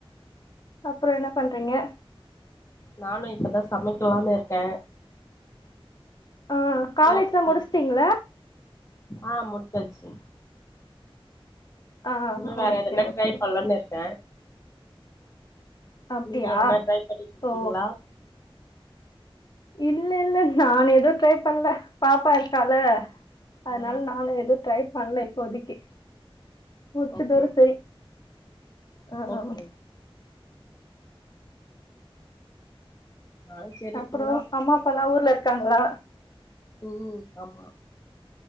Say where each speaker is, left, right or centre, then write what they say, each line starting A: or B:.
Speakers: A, on the left (about 45°); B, on the left (about 30°).
A: அப்புறோ என்ன பண்றீங்க
B: நானு‌ இப்பதா சமைக்கலான்னு இருக்க
A: ஆ காலேஜ்லா
B: தோச செய்னு
A: முடிச்சுட்டீங்களா
B: ஆ முடிச்சாச்சு
A: ஆ
B: இன்னு வேற
A: ஓகே
B: எதுனா
A: ஓகே
B: ட்ரை
A: ஓகே
B: பண்லான்னு இருக்க
A: அப்டியா
B: நீங்க எதனா ட்ரை பண்ணிட்டு இருக்கீங்களா
A: ஓ இல்ல இல்ல நான் எது ட்ரை பண்ணல பாப்பா இருக்கால அதுனால
B: ஆ
A: நானு எது ட்ரை பண்ணல இப்போதைக்கு முடிச்சதோட
B: ஓகே
A: செரி அ ஹ
B: ஓகே
A: ஆ
B: நானு சரி
A: அப்புறோ
B: இவங்களா
A: அம்மா அப்பாலா ஊர்ல இருக்காங்களா
B: ம் ஆமா